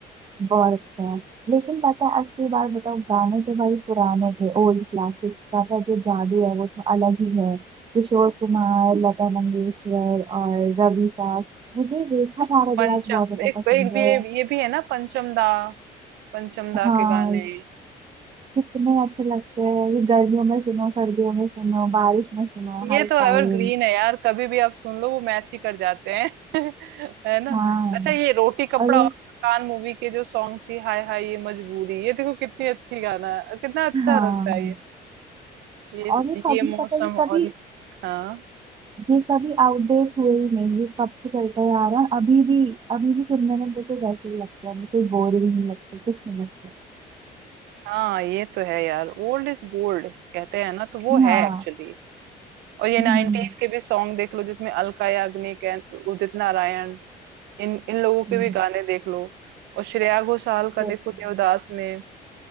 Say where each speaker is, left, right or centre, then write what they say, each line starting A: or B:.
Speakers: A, on the right (about 30°); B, on the right (about 80°).
A: बहुत अच्छे हैं लेकिन पता है असली बात बताओ गाने तो भाई पुराने थे ओल्ड क्लासिक्स का था जो जादू है वो तो अलग ही है किशोर कुमार लता मंगेशकर और रवि साहब मुझे रेखा भारद्वाज
B: पंचम
A: बहुत ज्यादा
B: एक
A: पसंद
B: एक भी
A: है
B: ये, ये भी है ना पंचम दा पंचम दा
A: हाँ
B: के गाने
A: कितने अच्छे लगते हैं ये गर्मियों में सुनो सर्दियों में सुनो बारिश में सुनो
B: ये
A: हर टाइम
B: तो एवरग्रीन है यार कभी भी आप सुन लो वो मैच ही कर जाते हैं <laughs> है ना
A: हाँ
B: अच्छा ये रोटी कपड़ा
A: और ये
B: और मकान मूवी के जो सॉन्ग थी हाय हाय ये मजबूरी ये देखो कितनी अच्छी गाना है कितना अच्छा
A: हाँ
B: लगता है ये ये
A: और ये कभी
B: ये मौसम
A: पता है ये
B: और
A: कभी
B: ये- हाँ
A: ये कभी आउटडेट हुए ही नहीं ये कब से चलता हुआ आ रहा है अभी भी अभी भी सुनने में बिल्कुल वैसे ही लगता है बिल्कुल बोरिंग नहीं लगता कुछ नहीं लगता
B: हाँ ये तो है यार ओल्ड इज गोल्ड कहते हैं ना तो वो
A: हाँ
B: है एक्चुअली और ये
A: हम्म
B: नाइनटीज के भी सॉन्ग देख लो जिसमें अलका याग्निक एंड उदित नारायण इन इन लोगों के
A: हम्म,
B: भी गाने देख लो और श्रेया घोषाल
A: बिल्कुल
B: का देखो देवदास में